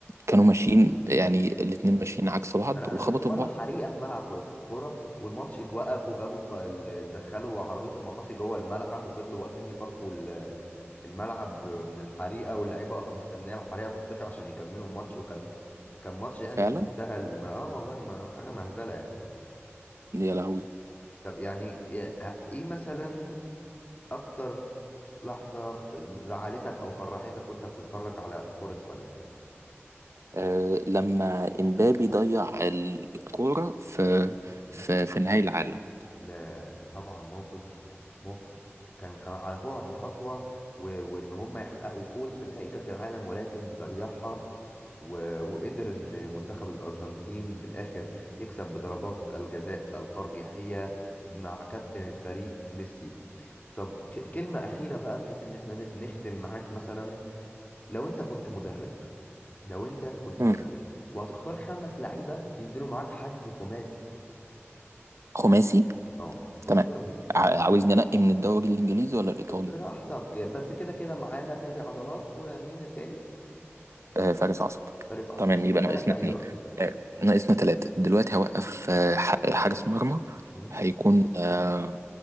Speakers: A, on the right; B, on the left.
A: كانوا ماشيين يعني الاتنين ماشيين عكس بعض
B: انا انا
A: وخبطوا
B: شفت مره
A: في بعض
B: حريقه في ملعب في في كوره والماتش اتوقف وجابوا الط- ال- دخلوا عربيه المطافي جوه الملعب وفضلوا واقفين يطفوا ال- الملعب من الحريقه واللعيبه واقفه مستنيه الحريقه تطفي عشان يكملوا الماتش وكان كان ماتش يعني
A: فعلا
B: في منتهى الم... اه والله ما حاجه مهزله يعني
A: يا لهوي
B: طب يعني يا- ايه مثلا اكتر لحظة خ- زعلتك او فرحتك وانت بتتفرج على كرة قدم
A: آه لما امبابي ضيع ال- الكوره في
B: م- م.
A: في في نهائي العالم
B: لا طبعا موقف موقف كان كان على بعد خطوة و... وان هم يحققوا فوز في نهائي كأس العالم ولكن ضيعها و... وقدر ان منتخب الارجنتين في الاخر يكسب بضربات الجزاء الترجيحية مع كابتن الفريق ميسي طب ك... كلمة أخيرة بقى بحيث إن احنا ن- نختم معاك مثلا لو انت كنت مدرب لو انت كنت
A: مم.
B: مدرب وهتختار خمس لعيبه ينزلوا معاك حجز خماسي
A: خماسي
B: اه تختار
A: تمام
B: مين
A: ع- عاوزني انقي من الدوري الانجليزي ولا الايطالي
B: ب- براحتك بس كده كده معانا فادي عضلات ومين التاني
A: آه، فارس عصب
B: فارس عصام
A: تمام يبقى ناقصنا
B: ثلاث لعيبه
A: اتنين
B: بقى
A: آه، ناقصنا تلاتة دلوقتي
B: مم.
A: هوقف آه، ح- حارس مرمى
B: مم.
A: هيكون آه،